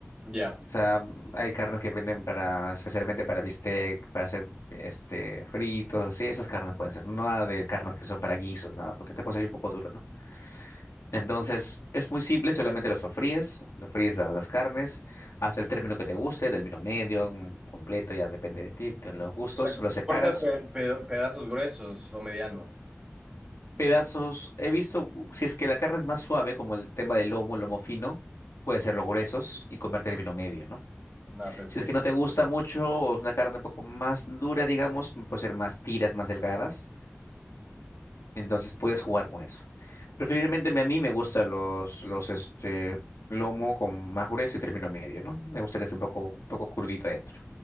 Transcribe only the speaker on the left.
O sea, hay carnes que venden para, especialmente para bistec, para hacer este fritos, así, esas carnes pueden ser. No Nada de carnes que son para guisos, nada, porque te puede salir un poco duro, ¿no? Entonces, es muy simple, solamente lo sofríes, lo fríes las, las carnes, hasta el término que te guste, término medio, mm, completo, ya depende de ti, de los gustos,
lo separas.
Pedazos, he visto, uh, si es que la carne es más suave, como el tema del lomo, lomo fino, puede ser los gruesos y comer término medio, ¿no?
Si es que no te gusta mucho o es una carne un poco más dura, digamos, puede ser más tiras, más delgadas. Entonces puedes jugar con eso. Preferiblemente me- a mí me gustan los, los este, lomo con más grueso y término medio, ¿no? Me gusta que esté un poco, un poco crudito adentro,